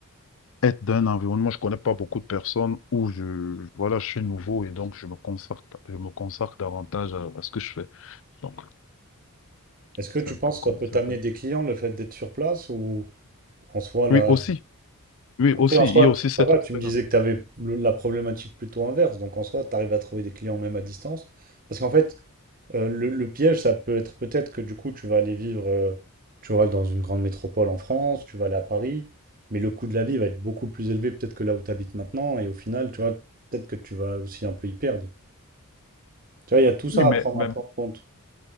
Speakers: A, on the left (about 60°); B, on the right (about 40°).
A: être dans un environnement, je connais pas beaucoup de personnes où je, voilà, je suis nouveau et donc je me consacre, je me consacre davantage à, à ce que je fais. Donc,
B: Est-ce que
A: c'est
B: tu
A: un
B: penses
A: peu
B: que
A: comme
B: ça peut
A: ça.
B: t'amener des clients, le fait d'être sur place, ou en soi, là,
A: Oui, aussi, oui,
B: Après,
A: aussi,
B: en
A: il
B: soi,
A: y a
B: t-
A: aussi cet
B: ça va,
A: aspect-là.
B: tu me disais que tu avais la problématique plutôt inverse. Donc, en soi, tu arrives à trouver des clients même à distance. Parce qu'en fait, euh, le, le piège, ça peut être peut-être que du coup, tu vas aller vivre, euh, tu vois, dans une grande métropole en France, tu vas aller à Paris, mais le coût de la vie va être beaucoup plus élevé peut-être que là où tu habites maintenant. Et au final, tu vois, peut-être que tu vas aussi un peu y perdre. Tu vois, il y a tout ça
A: Oui, mais,
B: à prendre
A: mais
B: un peu en compte.